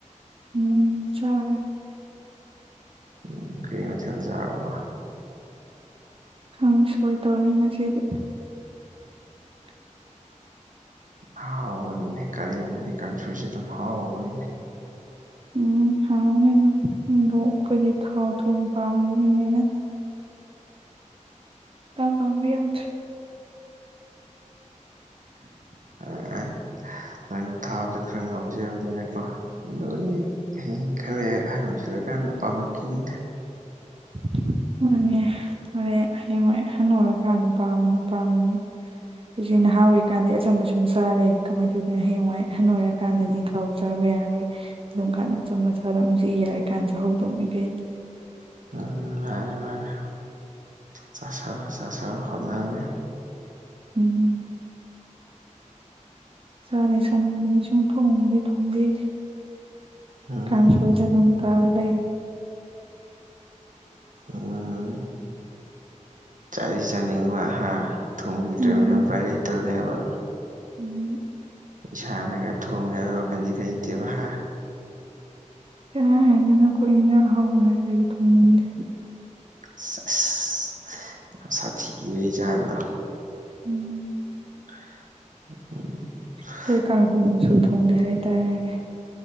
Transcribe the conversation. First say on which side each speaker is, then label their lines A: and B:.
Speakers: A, on the right; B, on the right.
A: ꯎꯝ ꯆꯥꯔꯦ
B: ꯎꯝ ꯀꯩ ꯏꯟꯁꯥꯡ ꯆꯥꯔꯕ
A: ꯀꯥꯡꯁꯣꯏ ꯇꯧꯔꯅꯤ ꯉꯁꯤꯗꯤ <inaudible>
B: ꯍꯥꯎꯕꯅꯤꯅꯦ ꯀꯥꯂꯦꯟꯗꯗꯤ ꯀꯥꯡꯁꯣꯏꯁꯤ ꯑꯗꯨꯝ ꯍꯥꯎꯕꯅꯤꯅꯦ
A: ꯎꯝ ꯍꯥꯎꯋꯦ ꯑꯗꯣ ꯑꯩꯈꯣꯏꯗꯤ ꯊꯥꯎ ꯊꯨꯝ ꯄꯥꯝꯕ ꯃꯤꯅꯤꯅ ꯌꯥꯝ ꯄꯥꯝꯕ ꯌꯧꯗꯦ
B: ꯑꯥ ꯍꯣꯔꯦꯟ ꯊꯥꯕꯗ ꯈꯔ ꯉꯥꯎꯖꯕꯅꯤꯅꯀꯣ ꯑꯗꯨꯗꯤ ꯍꯌꯦꯡ ꯈꯔ ꯂꯩꯔ ꯑꯍꯜ ꯑꯣꯏꯁꯟꯂꯀꯥꯟꯗ ꯄꯥꯝꯃꯛꯈꯤꯅꯤꯗ
A: <inaudible> ꯃꯥꯅꯦ ꯍꯣꯔꯦꯟ ꯍꯌꯦꯡꯋꯥꯏ ꯍꯅꯨꯔꯀꯥꯟꯗ ꯄꯥꯥꯝꯕꯅ ꯄꯥꯝꯕꯅꯤ ꯍꯧꯖꯤꯛ ꯅꯍꯥ ꯑꯣꯏꯔꯤꯀꯥꯟꯗꯤ ꯑꯆꯝꯕ ꯁꯨꯝ ꯆꯥꯔ ꯂꯩꯔꯗꯤ ꯀꯃꯥꯏꯅ ꯇꯧꯗꯣꯏꯅꯣ ꯍꯌꯦꯡꯋꯥꯏ ꯑꯍꯟ ꯑꯣꯏꯔꯀꯥꯟꯗꯗꯤ ꯑꯗꯨꯝ ꯊꯥꯎ ꯆꯥꯕ ꯌꯥꯔꯔꯣꯏ ꯑꯗꯨꯝ ꯀꯥꯟꯅ ꯑꯆꯝꯕ ꯆꯥꯗꯧꯅꯤ ꯍꯧꯖꯤꯛ ꯌꯥꯔꯤ ꯀꯥꯟꯗ ꯆꯍꯧꯗꯧꯅꯤ ꯀꯩꯅꯣ
B: ꯑꯝ ꯃꯥꯅꯤ ꯃꯥꯅꯤ ꯆꯁꯟꯂꯣ ꯆꯁꯟꯂꯣ ꯍꯣꯠꯅꯕꯤꯌꯨ
A: ꯎꯝ ꯆꯗꯤ ꯆꯅꯤꯡꯉꯤ ꯁꯨꯡ ꯊꯣꯡꯗꯤ ꯊꯣꯡꯕꯤꯗꯦ
B: ꯑꯥ
A: ꯀꯥꯡꯁꯣꯏꯗ ꯑꯗꯨꯝ ꯇꯥꯔꯥ ꯂꯩꯔꯦ
B: ꯑꯥ ꯆꯥꯗꯤ ꯆꯥꯅꯤꯡꯕ ꯍꯥ ꯊꯣꯡꯕꯤꯗ꯭ꯔꯃꯤꯅ
A: ꯎꯝ
B: ꯎꯄꯥꯥꯏ ꯂꯩꯇꯕꯅꯦꯕ
A: ꯎꯝ
B: ꯏꯁꯥꯅꯒ ꯊꯣꯡꯒꯦ ꯍꯥꯏꯕꯒꯤ ꯋꯥꯈꯟꯗꯤ ꯂꯩꯇꯦꯕ ꯍꯥ
A: ꯀꯅꯥ ꯍꯥꯏꯅꯣꯍꯦ ꯑꯩꯈꯣꯏ ꯏꯟꯁꯥꯡ ꯑꯍꯥꯎꯕ ꯅꯠꯇ꯭ꯔꯗꯤ ꯊꯣꯡꯅꯤꯡꯗꯦ
B: ꯑꯁ ꯑꯁ ꯌꯥꯝ ꯁꯥꯊꯤꯕꯩ ꯆꯥꯡꯗꯣ
A: ꯎꯝ
B: ꯎꯝ
A: ꯑꯩꯈꯣꯏ ꯀꯥꯡꯁꯣꯏ ꯅꯨꯡꯁꯣꯏ ꯊꯣꯡꯗꯦ ꯍꯥꯏꯇꯥꯔꯦꯅꯦ